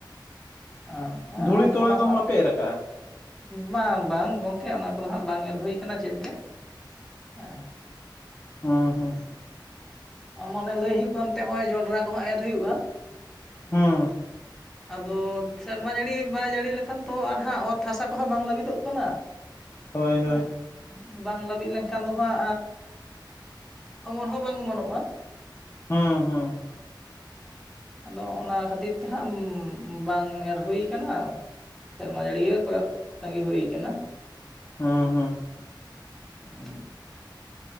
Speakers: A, in the centre; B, on the left (about 25°).
A: ᱚᱱᱠᱟ
B: ᱫᱷᱩᱲᱤ
A: ᱟᱨ
B: ᱛᱚᱲᱟ
A: ᱚᱱᱟ
B: ᱠᱚᱦᱚᱸ
A: ᱥᱟᱶ
B: ᱵᱟᱯᱮ ᱮᱨ ᱠᱟᱜᱼᱟ
A: ᱵᱟᱝ ᱵᱟᱝ ᱜᱚᱝᱠᱮ ᱚᱱᱟ ᱠᱚᱫᱚ ᱦᱟᱜ ᱵᱟᱝ ᱮᱨ ᱦᱩᱭᱠᱟᱱᱟ ᱪᱮᱫ ᱜᱮ ᱦᱮᱸ
B: ᱦᱚᱸ ᱦᱚᱸ
A: ᱢᱟᱱᱮ ᱞᱟᱹᱭ ᱦᱩᱭᱩᱜ ᱠᱟᱱᱛᱮᱼᱚᱭ ᱡᱚᱱᱰᱨᱟ ᱠᱚᱦᱚᱸ ᱮᱨ ᱦᱩᱭᱩᱜᱼᱟ
B: ᱦᱮᱸ
A: ᱟᱫᱚ ᱥᱮᱨᱢᱟ ᱡᱟᱹᱲᱤ ᱵᱟᱭ ᱡᱟᱹᱲᱤ ᱞᱮᱠᱷᱟᱱ ᱛᱚ ᱟᱨᱦᱟᱸᱜ ᱚᱛ ᱦᱟᱥᱟ ᱠᱚᱦᱚᱸ ᱵᱟᱝ ᱞᱟᱵᱤᱫᱚᱜ ᱠᱟᱱᱟ
B: ᱦᱳᱭ ᱦᱳᱭ
A: ᱦᱮᱸ ᱵᱟᱝ ᱞᱟᱹᱵᱤᱫ ᱞᱮᱱᱠᱷᱟᱱ ᱫᱚ ᱦᱟᱜ ᱚᱢᱚᱱ ᱦᱚᱸ ᱵᱟᱝ ᱚᱢᱚᱱᱚᱜᱼᱟ
B: ᱦᱚᱸ ᱦᱚᱸ
A: ᱟᱫᱚ ᱚᱱᱟ ᱠᱷᱟᱹᱛᱤᱨ ᱛᱮᱦᱟᱸᱜ ᱵᱟᱝ ᱮᱨ ᱦᱩᱭ ᱠᱟᱱᱟ ᱥᱮᱨᱢᱟ ᱡᱟᱹᱲᱤ ᱜᱮ ᱠᱚᱭᱚᱜ ᱛᱟᱸᱜᱤ ᱦᱩᱭ ᱠᱟᱱᱟ ᱾
B: ᱦᱮᱸ ᱦᱮᱸ ᱾
A: ᱦᱩᱸᱜ ᱩᱸ ᱾